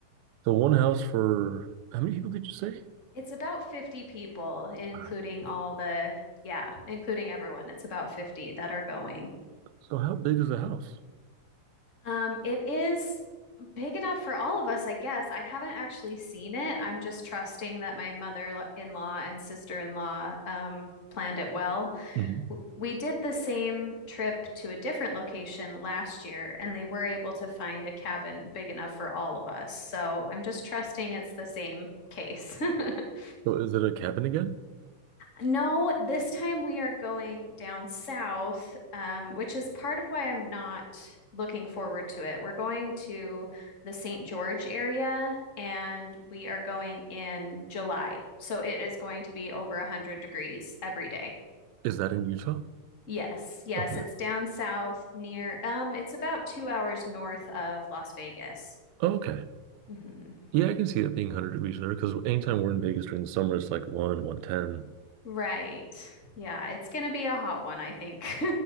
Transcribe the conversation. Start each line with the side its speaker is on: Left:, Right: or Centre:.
Right: So one house for how many people did you say?
Left: It's about 50 people, including
Right: Wow.
Left: all the, yeah, including everyone. It's about 50 that are going.
Right: So how big is the house?
Left: Um, it is big enough for all of us, I guess. I haven't actually seen it. I'm just trusting that my mother-in-law and sister-in-law um, planned it well.
Right: Mhm.
Left: w- We did the same trip to a different location last year, and they were able to find a cabin big enough for all of us. So I'm just trusting it's the same case. <laughs>
Right: So is it a cabin again?
Left: No, this time we are going down south, um, which is part of why I'm not looking forward to it. We're going to the St. George area and we are going in July. So it is going to be over 100 degrees every day.
Right: Is that in Utah?
Left: Yes, yes,
Right: Okay.
Left: it's down south near, um, it's about two hours north of Las Vegas.
Right: Oh, okay.
Left: hmm
Right: Yeah, I can see that being 100 degrees there because anytime we're in Vegas during the summer, it's like 1, 110.
Left: Right. Yeah, it's going to be a hot one, I think.